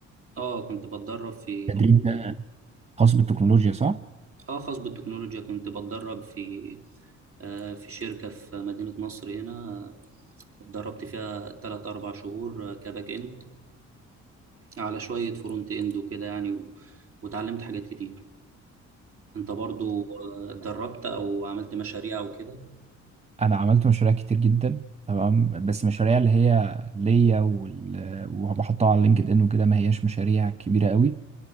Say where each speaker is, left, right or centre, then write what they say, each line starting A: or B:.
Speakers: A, on the right; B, on the right.
A: اه كنت بتدرب في
B: تدريب ده خاص بالتكنولوجيا صح
A: اه خاص بالتكنولوجيا كنت بتدرب في آه، في شركة في مدينة نصر هنا اتدربت فيها تلات أربع شهور آه، كباك إند على شوية فرونت إند وكده يعني و... وتعلمت حاجات كتير أنت برضو آه، اتدربت أو عملت مشاريع أو كده
B: انا عملت مشاريع كتير جدا تمام بس مشاريع اللي هي ليا وال... وبحطها على لينكد ان وكده ما هياش مشاريع كبيره قوي